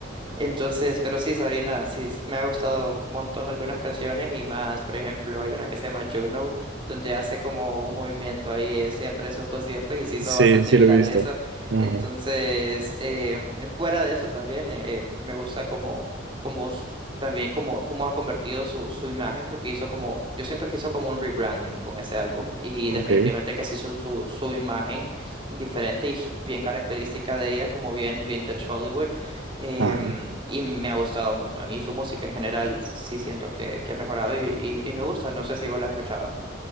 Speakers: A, on the right (about 25°); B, on the right (about 70°).
A: Entonces, pero sí, Sabrina, sí, s- me ha gustado un montón algunas canciones y más, por ejemplo, hay una que se llama Juno, donde hace como un movimiento ahí eh, siempre en sus conciertos y se hizo
B: Sí,
A: bastante
B: sí
A: viral
B: lo he visto.
A: eso.
B: Ajá.
A: Entonces, eh, fuera de eso también, eh, me gusta como, como s- también como, cómo ha convertido su, su imagen, porque hizo como, yo siento que hizo como un rebranding con ese álbum y
B: Ok.
A: definitivamente que se hizo su, su imagen diferente y su- bien característica de ella, como bien Vintage Hollywood. Em,
B: Ajá.
A: y me ha gustado un montón. Y su música en general sí siento que, que ha mejorado y, y, y me gusta. No sé si vos la has escuchado.